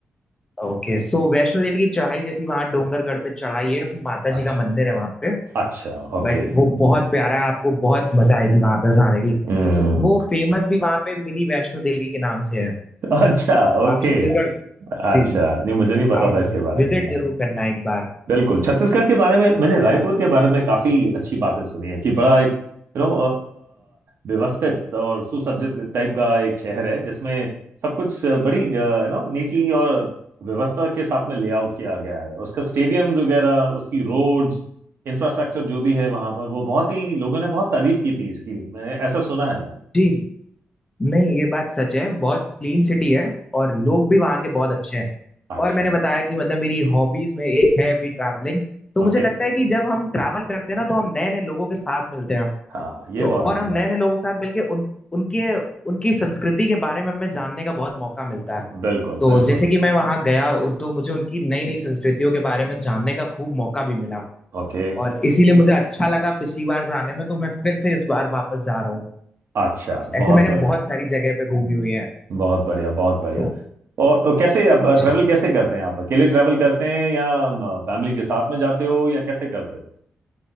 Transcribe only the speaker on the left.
ओके सो वैष्णो देवी की चढ़ाई जैसी वहां डोंगरगढ़ पे चढ़ाई है माता
जी का मंदिर है वहां पे
बट वो बहुत प्यारा है आपको बहुत मजा आएगी वहां पे जाने की
मतलब वो फेमस भी वहां पे मिनी वैष्णो देवी के नाम से है
तो
आप छत्तीसगढ़
जी
आप
विजिट
जरूर करना एक बार
जी नहीं ये बात सच है बहुत क्लीन सिटी है और लोग भी वहाँ के बहुत अच्छे हैं
और मैंने बताया कि मतलब मेरी हॉबीज में एक है भी ट्रैवलिंग तो
मुझे लगता है कि जब हम ट्रैवल करते हैं ना तो हम नए नए लोगों के साथ मिलते हैं
तो
और हम
नए नए लोगों के साथ मिलके उन उनके उनकी संस्कृति के बारे में हमें जानने का बहुत मौका मिलता है
तो
जैसे कि मैं वहाँ गया उ- तो मुझे उनकी नई नई संस्कृतियों के बारे में जानने का खूब मौका भी मिला
और इसीलिए मुझे अच्छा लगा पिछली बार जाने में तो मैं फिर से इस बार वापस जा रहा हूँ
ऐसे
मैंने
बहुत सारी जगह पे घूमी हुई है
तो
जी